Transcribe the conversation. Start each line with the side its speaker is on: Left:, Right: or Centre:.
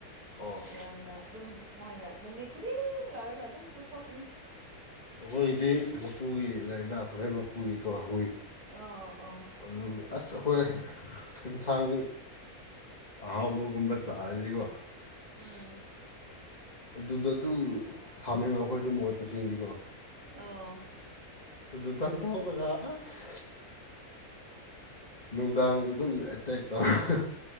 Left: ꯑꯣ
Right: ꯌꯥꯝꯅ ꯑꯗꯨꯝ ꯃꯣꯏꯅ ꯅꯨꯃꯤꯠ ꯈꯨꯗꯤꯡ ꯂꯧꯔꯒ ꯑꯗꯨꯝ ꯄꯨꯊꯣꯛꯀꯅꯤ
Left: ꯑꯩꯈꯣꯏꯒꯤꯗꯤ ꯃꯄꯨꯒꯤ ꯂꯥꯏꯔꯤꯗ ꯈꯨꯔꯩ ꯃꯄꯨꯒꯤꯀꯣ ꯍꯨꯏ
Right: ꯑ ꯑꯣ
Left: ꯑꯗꯨ ꯑꯁ ꯑꯩꯈꯣꯏ ꯑꯦꯟꯁꯥꯡ ꯑꯍꯥꯎꯕꯒꯨꯝꯕ ꯆꯥꯂꯗꯤꯀꯣ
Right: ꯎꯝ
Left: ꯑꯗꯨꯗ ꯑꯗꯨꯝ ꯊꯥꯝꯃꯦꯕ ꯑꯩꯈꯣꯏ ꯁꯨꯝ ꯃꯠꯄ ꯆꯤꯡꯗꯤꯀꯣ
Right: ꯑꯣ
Left: ꯑꯗꯨꯇꯥꯟꯊꯧꯔꯒ ꯑꯁ ꯅꯨꯡꯗꯥꯡ ꯑꯗꯨꯝ ꯑꯦꯇꯦꯛ ꯇꯧꯔꯒ